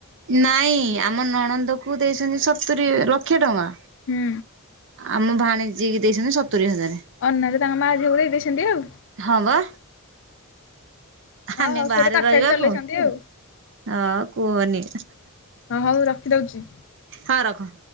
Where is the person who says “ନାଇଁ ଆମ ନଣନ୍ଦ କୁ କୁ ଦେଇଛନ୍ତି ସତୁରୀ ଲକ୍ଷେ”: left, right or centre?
Right